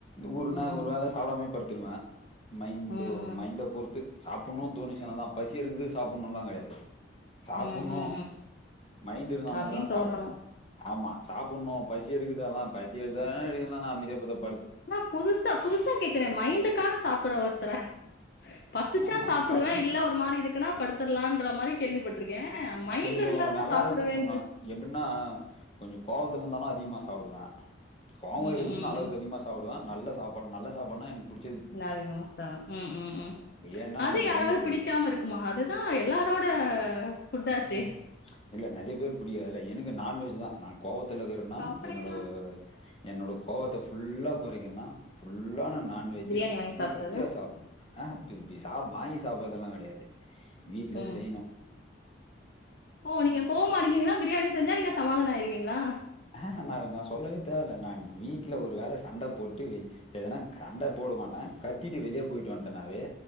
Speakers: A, on the left (about 30°); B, on the left (about 50°).
A: ஒரு
B: ம் ம்
A: நா ஒரு வேள சாப்புடாமயே படுத் ருவே மைண்ட்
B: ம்
A: ஒரு மைண்ட பொறுத்து சாப்புன்னு தோணுச்சுனாதா பசி எடுக்குது சாப்புடணுனெல்லா கெடையாது சாப்புன்ணு
B: ம் ம் ம்
A: மைண்ட் இருந்தா
B: அப்படின்னு
A: மட்டுந்தா
B: தோணணும்
A: சாப்புடுவே ஆமா சாப்புன்னு பசி எடுக்குதுதால்லா பசி எடுத்தா எடுக்கலைனா அமைதியா பதுப்
B: நான் புதுசா புதுசா கேக்குறேன் மைண்டுக்காகது சாப்பிடுற ஒருத்தரை பசிச்சா
A: ஆமா
B: சாப்பிடுவேன்
A: பசி
B: இல்லே ஒரு மாதிரி இருக்குன்னா படுத்தர்லான் மாதிரி கேள்விப்பட்டிருக்கேன் மைண்ட்
A: கொஞ்சம் நல்லா
B: இருந்தாதான் சாப்பிடுவேன்ற
A: இருக்கணும் எப்படின்னா கொஞ்சம் கோவத்துல இருந்தாலும் அதிகமா சாப்டுவேன் கோவம்
B: ம்
A: இருந்துச்சுன்னா
B: ம்
A: அளவுக்கு
B: ம்
A: அதிகமா சாப்டுவேன் நல்ல சாப்பாடு நல்ல சாப்பாட்னா எனக்கு புடிக்
B: நா அதிகமா தாவே ம் ம் ம்
A: பிரியாணினா
B: அது
A: நம்மளுக்கு
B: யாராவது
A: ரொம்ப புடிக்கு
B: பிடிக்காம இருக்குமா அதுதா எல்லாரோட ஃபுட்டாச்சே
A: ம் இல்ல நெறைய பேருக்கு புடிக்காதுல்ல எனக்கு நான்வெஜ் தா நா கோவத் துல இருக்குறேனா
B: அப்படியெல்லா
A: என்னோட என்னோட கோபத்த ஃபுல்லா கொறைக்கனுன்னா ஃபுல்லா நான் நான்வெஜ்ஜு
B: பிரியாணி வாங்கி
A: திருப்தியா
B: சாப்பிடுறது
A: சாப்பிட்ணு ஆ இப்டி இப்டி சாப்றது வாங்கி சாப்புறதெல்லா கெடையாது வீட்ல
B: ம்
A: செய்ணு
B: ஓ நீங்க கோவமா இருக்கீங்களா பிரியாணி செஞ்சா நீங்க சமாதானோ ஆயிருவீங்களா
A: நா நா சொல்லவே தேவயில்ல நா வீட்டுல ஒரு வேல சண்ட போட்டு வெளி எதனா கண்ட போடமாட்டே கத்திட்டு வெளிய போயிட்டு வன்ட்டனாவே